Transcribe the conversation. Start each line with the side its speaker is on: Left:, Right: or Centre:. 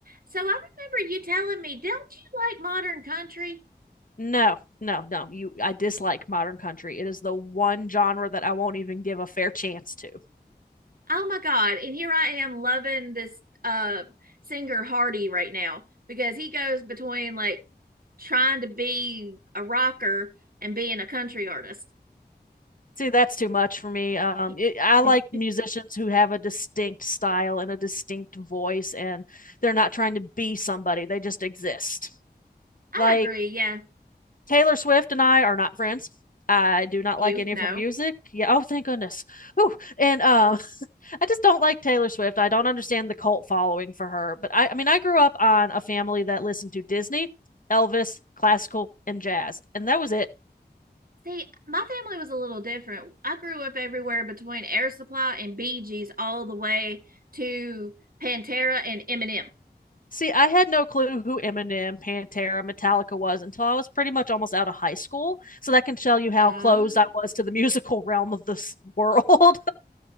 Right: So I remember you telling me, don't you like modern country?
Left: No, no, no. You, I dislike modern country. It is the one genre that I won't even give a fair chance to.
Right: Oh my God. And here I am loving this uh singer Hardy right now because he goes between like trying to be a rocker and being a country artist.
Left: See, that's too much for me. Um,
Right: <laughs>
Left: it, I like musicians
Right: I
Left: who have a distinct style and a distinct voice, and they're not trying to be somebody. They just exist. Like
Right: agree, yeah.
Left: Taylor Swift and I are not friends. I do not
Right: You
Left: like any
Right: know.
Left: of her music. Yeah. Oh, thank goodness. Ooh. And um, I just don't like Taylor Swift. I don't understand the cult following for her. But I, I mean, I grew up on a family that listened to Disney, Elvis, classical, and jazz, and that was it.
Right: See, my family was a little different. I grew up everywhere between Air Supply and Bee Gees all the way to Pantera and Eminem.
Left: See, I had no clue who Eminem, Pantera, Metallica was until I was pretty much almost out of high school. So that can tell you how
Right: Ah.
Left: closed I was to the musical realm of this world.